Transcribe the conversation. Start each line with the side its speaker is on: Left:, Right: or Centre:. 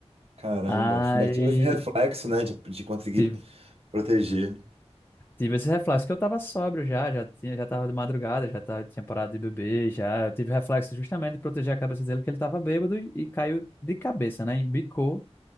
Right: caramba,
Left: Aí
Right: você ainda tive esse reflexo, né, de, de conseguir
Left: tive,
Right: proteger.
Left: tive esse reflexo, que eu tava sóbrio já, já tinha, já tava de madrugada, já tava, tinha parado de beber, já. Eu tive reflexo justamente de proteger a cabeça dele, que ele tava bêbado e, e caiu de cabeça, né? Embicou